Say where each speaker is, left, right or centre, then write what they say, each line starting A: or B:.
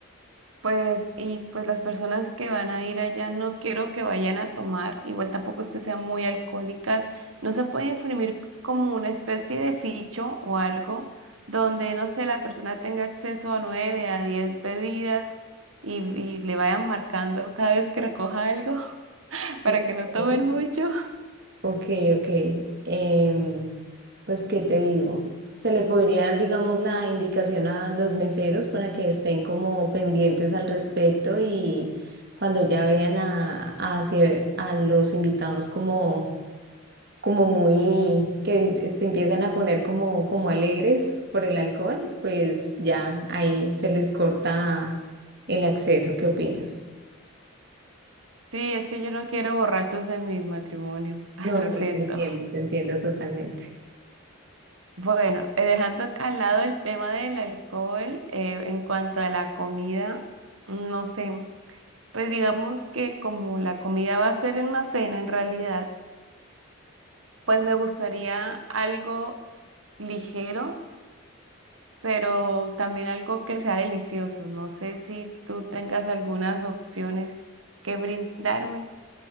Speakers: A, on the right; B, on the right.
A: pues, y pues las personas que van a ir allá no quiero que vayan a tomar, igual tampoco es que sean muy alcohólicas, no se puede imprimir como una especie de ficho o algo donde, no sé, la persona tenga acceso a nueve, a diez bebidas y, y le vayan marcando cada vez que recoja algo <laughs>
B: Ok.
A: para que no tomen mucho.
B: Ok, ok. Em, pues, ¿qué te digo? Se le podría dar, digamos, la indicación a los meseros para que estén como pendientes al respecto y cuando ya vean a, a, cier- a los invitados como, como muy, que se empiezan a poner como, como alegres por el alcohol, pues ya ahí se les corta el acceso. ¿Qué opinas?
A: Sí, es que yo no quiero borrachos en mi matrimonio, <laughs>
B: No,
A: lo
B: sí,
A: siento.
B: te entiendo, te entiendo totalmente.
A: Bueno, eh, dejando al lado el tema del alcohol, eh, en cuanto a la comida, no sé, pues digamos que como la comida va a ser en una cena en realidad, pues me gustaría algo ligero, pero también algo que sea delicioso. No sé si tú tengas algunas opciones que brindarme.